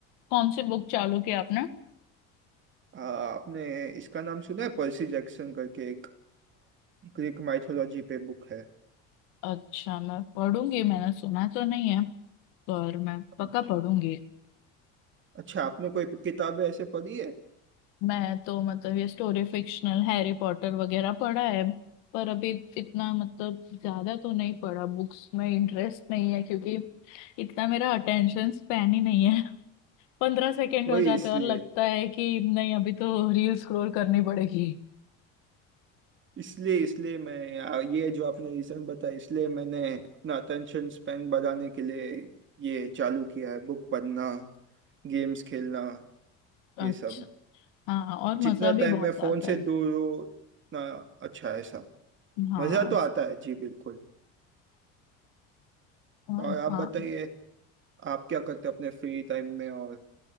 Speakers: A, on the left; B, on the right.
A: कौन सी बुक चालू की आपने
B: आपने इसका नाम सुना है पर्सी जैक्सन करके एक ग्रीक माइथोलॉजी पे बुक है
A: अच्छा मैं पढ़ूंगी मैंने सुना तो नहीं है पर मैं पक्का
B: अच्छा
A: पढ़ूंगी
B: अच्छा आपने कोई किताबें ऐसे पढ़ी है
A: मैं तो मतलब ये स्टोरी फिक्शनल हैरी पॉटर वगैरह पढ़ा है पर अभी इतना मतलब ज्यादा तो नहीं पढ़ा बुक्स में इंटरेस्ट नहीं है क्योंकि इतना मेरा अटेंशन स्पैन ही नहीं है <laughs> पंद्रह सेकेंड
B: वही
A: हो जाते
B: इसलिए
A: हैं और लगता है कि नहीं अभी तो रील स्क्रॉल करनी पड़ेगी
B: इसलिए इसलिए मैं आ, ये जो आपने रीजन बताया इसलिए मैंने अपना अटेंशन स्पेन बढ़ाने के लिए ये चालू किया है बुक पढ़ना गेम्स खेलना
A: अच्छा
B: ये सब
A: हाँ और मजा
B: जितना
A: भी
B: टाइम
A: बहुत
B: मैं फोन
A: आता
B: से
A: है
B: दूर हूँ उतना अच्छा है सब
A: हाँ
B: मजा तो आता है जी बिल्कुल
A: हाँ
B: और आप बताइए आप क्या करते हो अपने फ्री टाइम में और